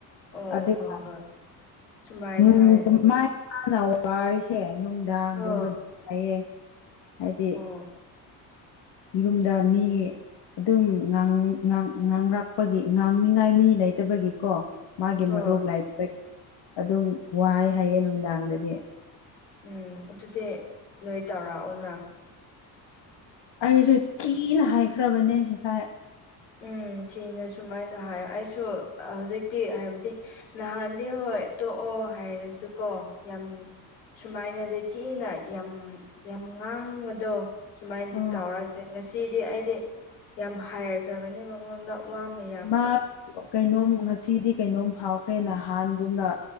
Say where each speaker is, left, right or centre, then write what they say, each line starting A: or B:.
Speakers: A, on the left (about 90°); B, on the left (about 55°).
A: ꯑꯣ
B: ꯑꯗꯨꯒ
A: ꯍꯣꯏ ꯍꯣꯏ ꯁꯨꯃꯥꯏꯅ
B: ꯎ
A: ꯍꯥꯏꯕꯅꯤ
B: ꯃ ꯍꯥꯟꯅ ꯋꯥꯔꯤꯔꯤꯁꯦ ꯅꯨꯡꯗꯥꯡꯒꯨꯝꯕꯗ
A: ꯍꯣꯏ
B: ꯍꯥꯏꯌꯦ ꯍꯥꯏꯗꯤ
A: ꯍꯣ
B: ꯌꯨꯝꯗ ꯃꯤ ꯑꯗꯨꯝ ꯉꯥꯡ ꯉ ꯉꯥꯡꯔꯛꯄꯒꯤ ꯉꯥꯡꯅꯤꯉꯥꯏ ꯃꯤ ꯂꯩꯇꯕꯒꯤꯀꯣ ꯃꯥꯒꯤ
A: ꯍꯣꯏ
B: ꯃꯔꯨꯞ ꯂꯥꯏꯇꯕ ꯑꯗꯨꯝ ꯋꯥꯏ ꯍꯥꯏꯌꯦ ꯅꯨꯡꯗꯥꯡꯗꯗꯤ
A: ꯎꯝ ꯑꯗꯨꯗꯤ ꯅꯣꯏ ꯇꯧꯔꯛꯑꯣꯅ
B: ꯑꯩꯁꯨ ꯊꯤꯅ ꯍꯥꯏꯈ꯭ꯔꯕꯅꯦ ꯉꯁꯥꯏ
A: ꯎꯝ ꯁꯤꯅ ꯁꯨꯝꯥꯏꯅ ꯍꯥꯏ ꯑꯩꯁꯨ ꯍꯧꯖꯤꯛꯇꯤ ꯍꯥꯏꯕꯗꯤ ꯅꯍꯥꯟꯗꯤ ꯍꯣꯏ ꯇꯣꯛꯑꯣ ꯍꯥꯏꯔꯁꯨ ꯀꯣ ꯌꯥꯝ ꯁꯨꯃꯥꯏꯅꯗꯤ ꯆꯤꯅ ꯌꯥꯝ ꯌꯥꯝ ꯉꯥꯡꯕꯗꯣ ꯁꯨꯃꯥꯏꯅꯗꯤ
B: ꯎꯝ
A: ꯇꯥꯎꯔꯛꯇꯦ ꯉꯁꯤꯗꯤ ꯑꯩꯗꯤ ꯌꯥꯝ ꯍꯥꯏꯈ꯭ꯔꯕꯅꯤ ꯃꯉꯣꯟꯗ ꯃꯌꯥꯝ
B: ꯃꯥ ꯀꯩꯅꯣꯝ ꯉꯁꯤꯗꯤ ꯀꯩꯅꯣꯝ ꯐꯥꯎꯈ꯭ꯔꯦ ꯅꯍꯥꯟꯒꯨꯝꯅ